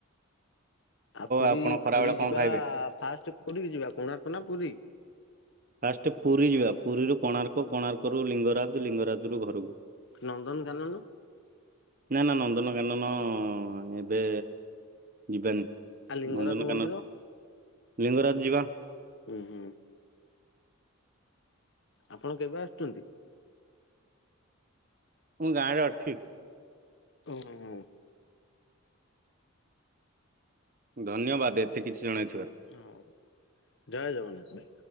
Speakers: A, on the left (about 55°); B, on the right (about 40°).
A: ଆଉ ପୁରୀ
B: ଆପଣ ଖରାବେଳେ
A: ପୁରୀ
B: କଣ
A: ଯିବା
B: ଖାଇବେ
A: ଫାଷ୍ଟ କୋଉଠିକି ଯିବା କୋଣାର୍କ ନା ପୁରୀ?
B: ଫାଷ୍ଟ ପୁରୀ ଯିବା ପୁରୀରୁ କୋଣାର୍କ କୋଣାର୍କରୁ ଲିଙ୍ଗରାଜ ଲିଙ୍ଗରାଜରୁ ଘରକୁ।
A: ନନ୍ଦନ କାନନ
B: ନାଁ ନାଁ ନନ୍ଦନକାନନ ଏବେ ଯିବାନି।
A: ଆଉ ଲିଙ୍ଗରାଜ
B: ନନ୍ଦନକାନନ
A: ମନ୍ଦିର
B: ଲିଙ୍ଗରାଜ ଯିବା
A: ଉଁ ହୁଁ ଆପଣ କେବେ ଆସୁଛନ୍ତି?
B: ମୁଁ ଗାଁରେ ଅଛି।
A: ଓ ହୁଁ ହୁଁ
B: ଧନ୍ୟବାଦ ଏତେ କିଛି ଜଣେ
A: ହୋଉ ଜୟ ଜଗନ୍ନାଥ।